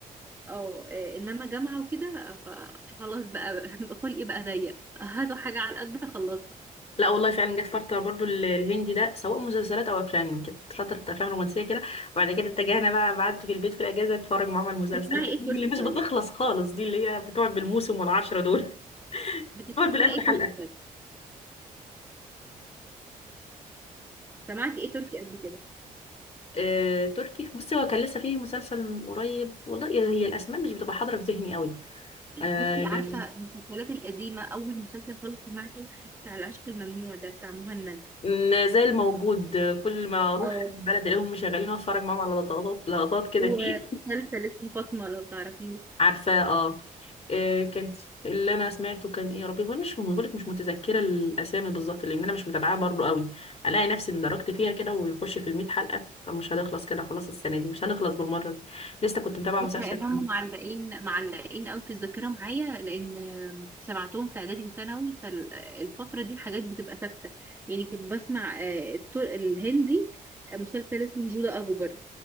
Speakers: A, on the right; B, on the left.
A: اه آه، انما جامعه وكده ف- فخلاص بقى <laughs> بقى خلقي بقى ضيق هاتوا حاجه على القد خلصها
B: لا والله فعلا جت فتره برضو ال- الهندي ده سواء مسلسلات او افلام كانت فتره افلام رومانسيه كده وبعد كده اتجهنا بقى قعدت في البيت في الاجازه اتفرج معاهم على المسلسلات
A: بتسمعي
B: الهندي
A: ايه تركي
B: اللي مش
A: طيب
B: بتخلص خالص دي اللي هي بتقعد بالموسم والعشره دول <laughs>
A: بتسمعي
B: بتقعد بالالف
A: ايه
B: حلقه
A: تركي طيب سمعتي ايه تركي قبل كده
B: آه، تركي بصي هو كان لسه فيه مسلسل قريب والله هي الاسماء مش بتبقى حاضره في ذهني قوي آه
A: بصي عارفه
B: لا
A: المسلسلات القديمه اول مسلسل خالص سمعته بتاع العشق الممنوع ده بتاع مهند
B: ما زال موجود آه، كل ما اروح
A: اه
B: البلد الاقيهم مشغلين اتفرج معاهم على لقطات لقطات كده
A: ومسلسل
B: فيه
A: اسمه فاطمه لو تعرفيه
B: <laughs> عارفاه اه آه، كان اللي انا سمعته كان ايه يا ربي وانا مش بقول لك مش متذكره الاسامي بالظبط لان انا مش متابعاها برضو قوي الاقي نفسي اندركت فيها كده ويخش في ال 100 حلقه طب مش هنخلص كده خلاص السنه دي مش هنخلص بالمره دي لسه كنت متابعه
A: بص
B: مسلسل
A: لانهم معلقين معلقين قوي في الذاكره معايا لان سمعتهم في اعدادي وثانوي فالفتره دي الحاجات بتبقى ثابته يعني كنت بسمع آه، التر- الهندي آه، مسلسل اسمه جودة اكبر